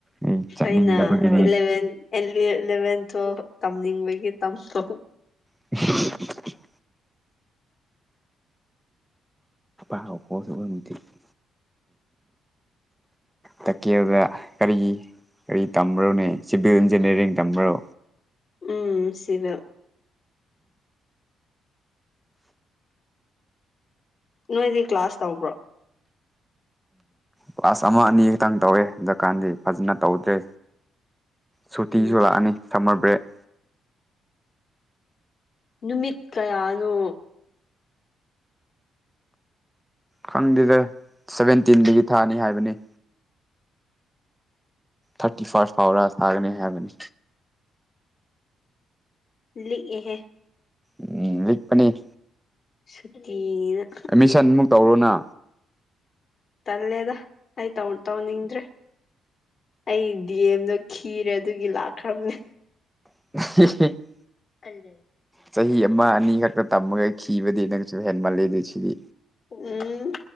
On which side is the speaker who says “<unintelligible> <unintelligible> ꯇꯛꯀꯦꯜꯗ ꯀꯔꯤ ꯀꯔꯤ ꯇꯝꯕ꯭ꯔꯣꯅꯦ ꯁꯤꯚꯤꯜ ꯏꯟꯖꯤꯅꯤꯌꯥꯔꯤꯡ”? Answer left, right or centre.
Centre